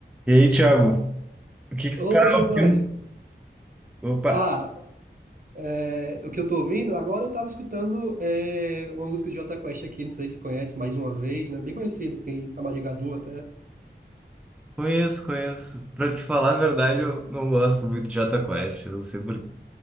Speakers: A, in the centre; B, on the right (about 50°).
A: E aí, Thiago, o que que
B: Opa,
A: você tá
B: Giovanni.
A: ouvindo? Opa,
B: Ah, é, o que eu tô ouvindo, agora eu tava escutando é, uma música de Jota Quest aqui, não sei se você conhece, mais uma vez, né? Bem conhecida, que tem a Maria Gadu até.
A: Conheço, conheço. Pra te falar a verdade, eu não gosto muito de Jota Quest. Eu não sei por... quê.